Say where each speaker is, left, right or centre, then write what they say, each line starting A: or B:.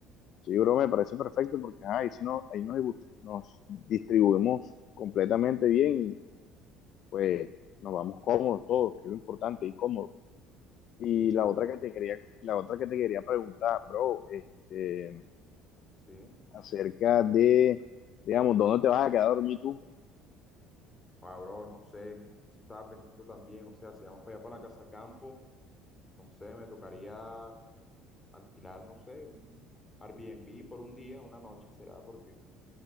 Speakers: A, on the left (about 55°); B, on the left (about 15°).
A: Sí, bro, me parece perfecto porque ajá, ahí, sí no, ahí nos, dibu- nos distribuimos completamente bien pues nos vamos cómodos todos, que es lo importante, y cómodos. Y
B: Sí,
A: la
B: bro.
A: otra que te quería, la otra que te quería preguntar, bro, este,
B: Sí.
A: acerca de, digamos, ¿dónde te vas a quedar a dormir tú?
B: Ah, bro, no sé. Eso estaba pensando también. O sea, si vamos para allá para la casa campo, no sé, me tocaría alquilar, no sé, un Airbnb por un día, una noche será, porque